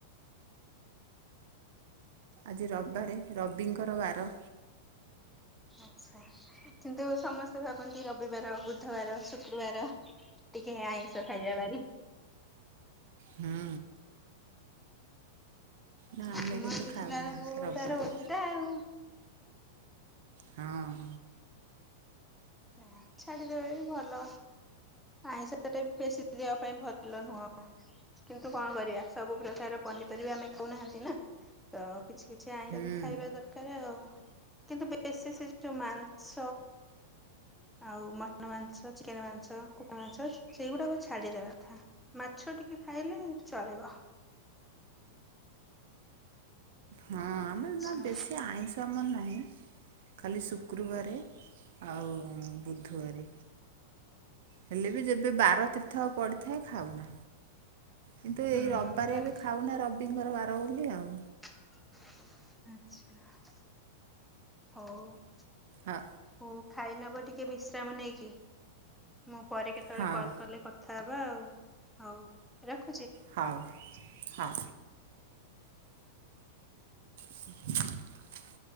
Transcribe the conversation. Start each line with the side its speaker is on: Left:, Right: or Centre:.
Right: ଆଜି ରବ୍ ବାରେ ରବିଙ୍କର ବାର।
Centre: ଆଛା କିନ୍ତୁ ସମସ୍ତେ ଭାବନ୍ତି ରବିବାର ବୁଧବାର ଶୁକ୍ରବାର ଟିକେ ଆଇଁଷ ଖାଇବା ବାରି।
Right: ହୁଁ ନା
Centre: ଉଁ
Right: ଆମେ
Centre: ତୁମର
Right: କିନ୍ତୁ
Centre: ଦେଖିଲା
Right: ଖାଉନା
Centre: ଏଳୁକୁ
Right: ରବିବାରେ
Centre: ତାର ଓଲଟା ଆଉ।
Right: ହଁ।
Centre: ନା ଛାଡିଦବା ବି ଭଲ ଆଇଁଷଟା ବି ବେଶୀ ଦେବା ପାଇଁ ଭଲ ନୁହଁ। କିନ୍ତୁ କଣ କରିବା? ସବୁ ପ୍ରକାର ପନିପରିବା ଆମେ କଉନାହାନ୍ତି। ଏନା ଅ କିଛି କିଛି ଆଇଁଷ
Right: ହୁଁ।
Centre: ବି ଖାଇବା ଦରକାର ଆଉ। କିନ୍ତୁ ବେଶୀ ସେ ଯଉ ମାଂସ ଆଉ ମଟନ ମାଂସ, ଚିକେନ ମାଂସ, କୁକୁ ମାଂସ, ସେଇଗୁଡାକ ଛାଡିଦବା କଥା ମାଛ ଟିକେ ଖାଇଲେ ଚଳିବ।
Right: ହଁ ଆମେ
Centre: ଆଚ୍ଛା
Right: ନା ବେଶୀ ଆଇଁଷ ଆମର ନାହିଁ ଖାଲି ଶୁକ୍ରୁବାରେ ଆଉ ବୁଧୁବାରେ, ହେଲେ ବି ଯେବେ ବାର ତୀର୍ଥ ପଡିଥାଏ ଖାଉନା କିନ୍ତୁ
Centre: ହୁଁ
Right: ଏଇ ରବିବାରେ
Centre: ବାର
Right: ଏବେ ଖାଉନା ରବିଙ୍କର ବାର। ରହିଲି ଆଉ।
Centre: ଆଛା ହଉ।
Right: ହଁ।
Centre: ହଉ ଖାଇ ନବ ଟିକେ ବିଶ୍ରାମ ନେଇକି। ମୁଁ ପରେ କେତେବେଳେ
Right: ହଁ
Centre: କଲ୍ କଲେ କଥ୍ କଥା ହବା ଆଉ ହଉ ରଖ୍
Right: ହଉ ହଁ। <inaudible>